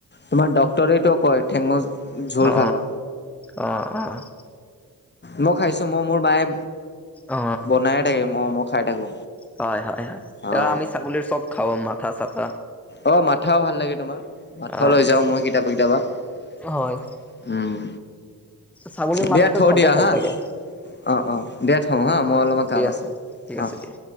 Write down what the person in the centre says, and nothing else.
অ
অ', অ',
অ
হয়, হয়, হয়
এ আমি ছাগলীৰ চব খাওঁ মাথা, চা
অ
হয়
ছাগলীৰ মাথাটো
চবেই
খাই
চাগে
অ
দিয়া
ঠিক আছে
দিয়া।